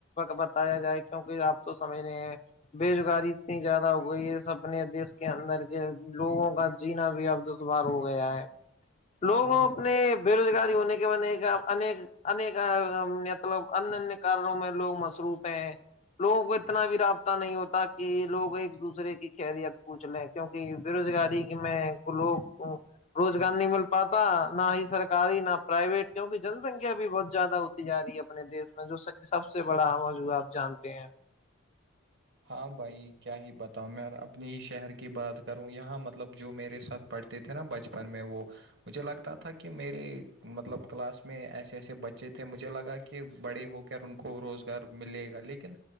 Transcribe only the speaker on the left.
بتایا جائے کیونکہ آپ تو سمج نہیں ہیں بے روزگاری اتنی زیادہ ہو گئی ہے س اپنے دیس کے اندر کے لوگوں کا جینا بھی اب دشوار ہوگا گیا ہے لوگوں
اپنے بے روزگاری ہونے کے بنے کا انیک انیک مطلب انیہ انیہ کارنوں میں لوگ مصروف ہیں لوگوں کو اتنا بھی رابطہ نہیں ہوتا کہ لوگ ایک دوسرے کی خریت پوچھ لیں کیونکہ بے روزگاری کی میں لوگ روزگار نہیں مل پاتا نہ ہی سرکاری نہ پرائیویٹ کیونکہ جن سنکھیا بھی بہت زیادہ ہوتی جا رہی ہے اپنے دیش میں جو سب سے بڑا آمو جوا آپ جانتے ہیں